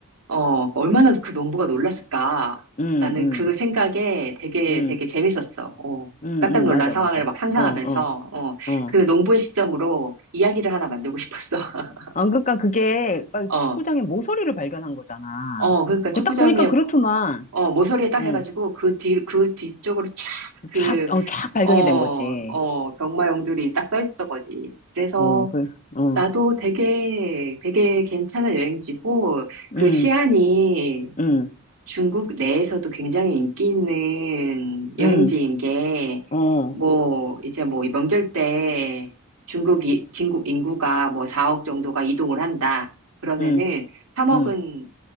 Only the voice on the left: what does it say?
응,
응,
응,
응,
맞아,
맞아.
어, 어,
어.
아, 그러니까 그게 막
축구장에 모서리를 발견한 거잖아.
그거 딱 보니까 그렇더만.
어,
쫙, 어, 쫙 발견이
된 거지.
어, 그, 어,
응,
응,
응.
어,
응,
응.